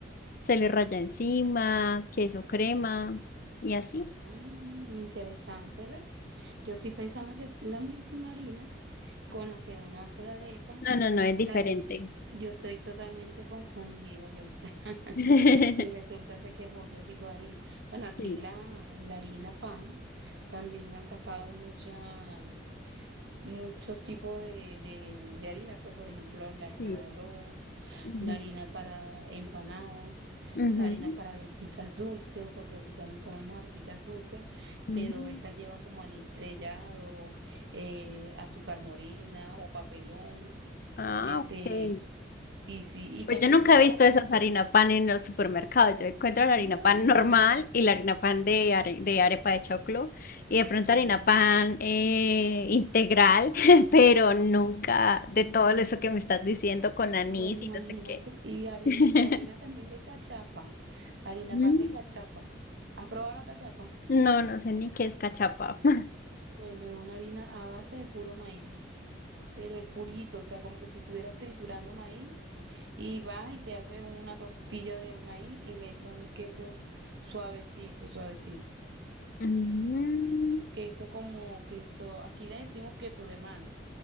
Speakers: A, on the left; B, on the right.
A: se le raya encima, queso crema y así.
B: Ah, interesante, ¿ves? Yo estoy pensando que es la misma harina con la que uno hace la arepa.
A: No, no, no, es
B: O
A: diferente.
B: sea, yo, yo estoy totalmente confundida yo. <laughs>
A: <laughs>
B: Y resulta ser que es otro tipo de harina. Bueno, aquí
A: Sí,
B: la, la harina pan también ha sacado mucha muchos tipos de, de, de harina, pues por ejemplo la harina
A: sí.
B: de arroz,
A: Ujú,
B: la harina para empanadas,
A: ujú.
B: la harina para arepitas dulces, porque aquí también comemos arepitas dulces,
A: Mm.
B: pero esas llevan como anís estrellado, eh, azúcar morena o papelón,
A: Ah,
B: este,
A: ok.
B: sí, sí, y
A: Pues
B: también
A: yo nunca
B: saco,
A: he visto esas harina pan en los supermercados. Yo encuentro la
B: ¿no
A: harina
B: lo
A: pan
B: has visto?
A: normal y la harina pan de, are- de arepa de choclo y de pronto
B: Bueno.
A: harina pan eh, integral, <laughs> pero nunca de todo eso que me estás diciendo con anís
B: Bueno, imagínate,
A: y no sé qué.
B: y, hari-
A: <laughs>
B: y harina también de cachapa, harina
A: Mm.
B: pan de cachapa. ¿Has probado la cachapa?
A: No, no sé ni qué es cachapa. <laughs>
B: Bueno, es una harina a base de puro maíz, pero el purito, o sea, como que si estuvieras triturando maíz y vas y te haces una tortilla de maíz y le echas un queso suavecito, suavecito.
A: Mm,
B: Un queso como queso, aquí le decimos queso de mano,